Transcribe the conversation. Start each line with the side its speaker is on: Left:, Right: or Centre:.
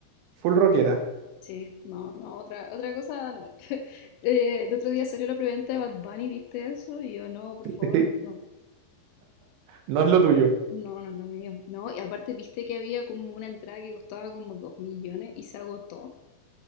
Right: Full rockera.
Left: Sí, no, no, otra, otra cosa no. <laughs> Eh, el otro día salió la preventa de Bad Bunny, ¿viste eso? Y yo, no, por
Right: <laughs>
Left: favor, no.
Right: No es lo tuyo.
Left: No, no es lo mío. No, y aparte viste que había como una entrada que costaba como dos millones y se agotó.